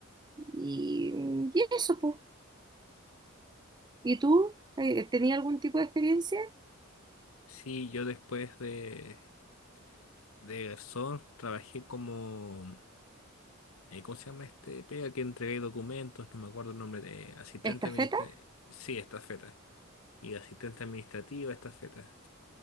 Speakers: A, on the right (about 20°); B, on the left (about 75°).
A: Y, y eso, pues. ¿Y tú? Eh, ¿Tenías algún tipo de experiencia?
B: Sí, yo después de, de garzón trabajé como, eh, ¿cómo se llama este? Pega que entregué documentos, no me acuerdo el nombre de asistente
A: ¿Estafeta?
B: administrativo. Sí, estafeta. Y asistente administrativa, estafeta.